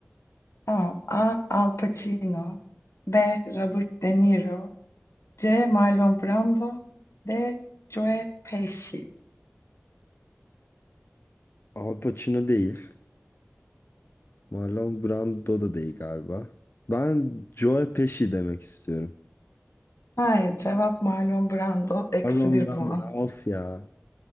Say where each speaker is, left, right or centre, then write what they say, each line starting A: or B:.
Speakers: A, on the left; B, on the left.
A: Tamam. A. Al Pacino. B. Robert De Niro. C. Marlon Brando. D. Joe Pesci.
B: Al Pacino değil. Marlon Brando da değil galiba. Ben Joe Pesci demek istiyorum.
A: Hayır, cevap Marlon Brando. Eksi
B: Marlon
A: bir
B: Brando.
A: puan.
B: Of ya.